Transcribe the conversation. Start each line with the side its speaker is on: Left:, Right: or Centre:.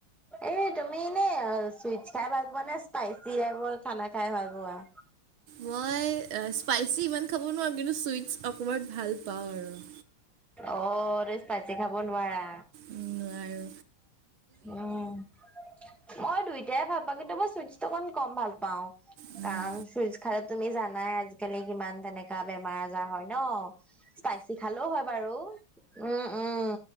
Centre: এই তুমি নে ছুইটচ খাই ভাল পোৱা নে স্পাইচি টাইপৰ খানা খাই ভাল পোৱা?
Right: মই স্পাইচি ইমান খাব নোৱাৰোঁ কিন্তু ছুইটচ অকণমান ভাল পাওঁ আৰু
Centre: অ' তুমি স্পাইচি খাব নোৱাৰা?
Right: উম নোৱাৰো।
Centre: উম মই দুইটাই ভাল পাওঁ কিন্তু মই ছুইচটো অকণমান কম ভাল পাওঁ।
Right: উম,
Centre: কাৰণ ছুইটছ খালে তুমি জানাই আজিকালি কিমান তেনেকে গা বেমাৰ আজাৰ হয় ন' স্পাইচি খালেও হয় বাৰু। উম উম।